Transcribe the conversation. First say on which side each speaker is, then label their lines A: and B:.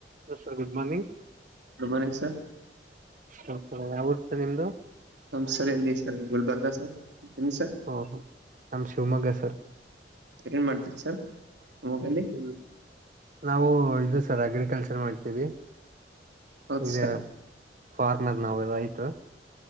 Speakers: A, on the right; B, on the right.
A: Hello sir good morning.
B: Good morning sir.
A: ಹೌದ sir ಯಾವೂರ sir ನಿಮ್ದು.
B: ನಮ್ ಸರ್ ಎಲ್ಲಿ ಎಲ್ಲಿ ಸರ್ ಗುಲ್ಬರ್ಗಾ ನಿಮ್ಮ ಸರ್.
A: ಓಹೋ ನಮ್ಮ ಶಿವಮೊಗ್ಗ ಸರ್.
B: ಏನ್ ಮಾಡ್ತಿರ್ ಸರ್ ಗುಲ್ಬರ್ಗದಲ್ಲಿ.
A: ಹ್ಮ್ ನಾವು ಇದು ಸರ್ ಅಗ್ರಿಕಲ್ಚರ್ ಮಾಡ್ತೀವಿ.
B: ಹೌದು
A: ಇದೇ
B: ಸರ್
A: ಫಾರ್ಮರ್ ನಾವು ಎಲ್ಲಾ ರೈತೃ.